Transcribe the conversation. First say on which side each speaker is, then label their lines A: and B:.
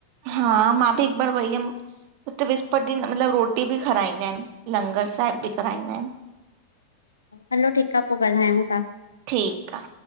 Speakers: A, on the right (about 45°); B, on the left (about 75°).
A: हा, मां बि हिकु बार वई हुयम। हुते विस्पति ॾींहुं मतलबु रोटी बि खाराईंदा आहिन, लंगर साहिब बि कराईंदा आहिन।
B: हलो ठीकु आ पोइ ॻाल्हायूं था।
A: ठीकु आ।